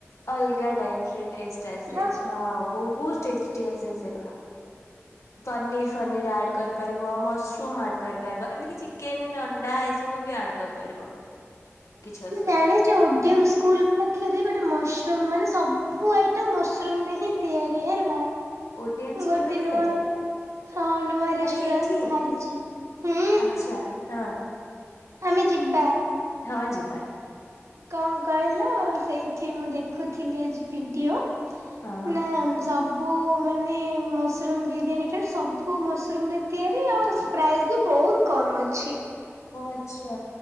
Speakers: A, on the left; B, on the right.
A: ଅଲଗା ଟାଇପ ଟେଷ୍ଟ ଆସେ
B: ର।
A: ହଁ ବହୁତ ଟେଷ୍ଟି ଆସେ ସେଗୁଡା। ପନିର ଫନିର ଆଡ୍ କର କରିପାରିବ ମସୁରୁମ ଆଡ କରିପାରିବ ଏମିତି ବି ଚିକେନ ଅଣ୍ଡା ଏସବୁ ବି ଆଡ କରିପାରିବ। କିଛି ଅସୁ
B: କଣେ ଚୋଡିମ ସ୍କୁଲ ପାଖିରେ ଗୋଟେ ମସରୁମ ମାନେ ସବୁ ଆଇଟମ ମସରୁମ ରେ ହିଁ ତିଆରି ହେଲା।
A: ଓଡ଼ିଏନ୍ ସ୍କୁଲ
B: ଗୋଟେ
A: ପାଖରେ?
B: ନୂଆ ହଁ ନୂଆ ରେଷ୍ଟୁରାଣ୍ଟ
A: ମାନେ ଏଇଠି
B: ବାହାରିଛି ହୁଁ।
A: ଆଚ୍ଛା। ହଁ।
B: ଆମେ ଯିବା।
A: ହଁ ଯିବା।
B: କଣ କହିଲ ସେଇଠି ମୁଁ ଦେଖୁଥିଲି ଆଜି ଭିଡିଓ
A: ହଁ
B: ନା ସବୁ ମାନେ ମସରୁମ୍ ବିରିୟାନୀଟାରୁ ସବୁ ମସରୁମ ରେ ତିଆରି ଆଉ ପ୍ରାଇସ୍ ବି ବହୁତ କମୁ ଅଛି।
A: ଓ ଆଚ୍ଛା